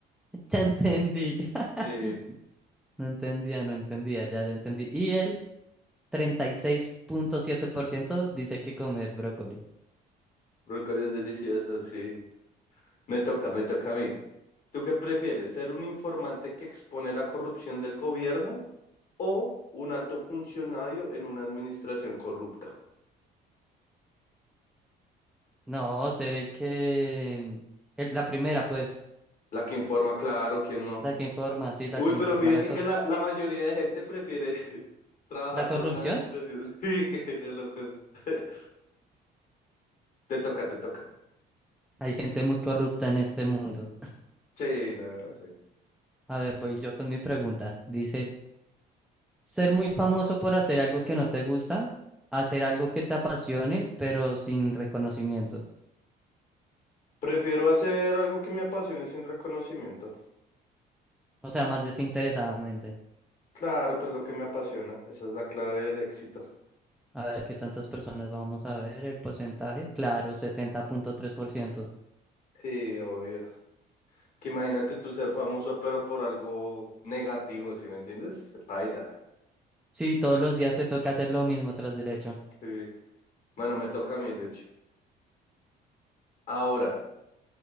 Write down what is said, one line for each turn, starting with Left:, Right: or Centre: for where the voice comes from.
Centre: <laughs> Ya entendí. <laughs>
Left: Sí,
Centre: No entendía, no entendía, ya, ya entendí. Y el treinta y seis punto siete por ciento dice que comer brócoli.
Left: brócoli es delicioso, sí. Me toca, me toca a mí. ¿Tú qué prefieres? ¿Ser un informante que expone la corrupción del gobierno o un alto funcionario en una administración corrupta?
Centre: No, ser el que... el- la primera, pues,
Left: La que informa, claro, ¿quién no?
Centre: la que informa, sí, la
Left: Uy,
Centre: que
Left: pero
Centre: informa
Left: fíjense
Centre: la, cor-
Left: que la, la mayoría de gente prefiere <laughs> trabajar
Centre: la corrupción.
Left: por una administración. <laughs> Sí, qué, qué locos. <laughs> Te toca, te toca.
Centre: Hay gente muy corrupta en este mundo.
Left: Sí, la verdad, sí.
Centre: A ver, voy yo con mi pregunta. Dice, ser muy famoso por hacer algo que no te gusta, hacer algo que te apasione, pero sin reconocimiento.
Left: Prefiero hacer algo que me apasione sin reconocimiento.
Centre: O sea, más desinteresadamente.
Left: Claro, pues lo que me apasiona. Esa es la clave del éxito.
Centre: A ver, ¿qué tantas personas vamos a ver? El porcentaje, claro, setenta punto tres por ciento
Left: Sí, obvio. Que imagínate tú ser famoso, pero por algo negativo, ¿sí me entiendes? Paila.
Centre: Sí, todos los días te toca hacer lo mismo tras derecho.
Left: Sí. Bueno, me toca a mí, Rich. Ahora,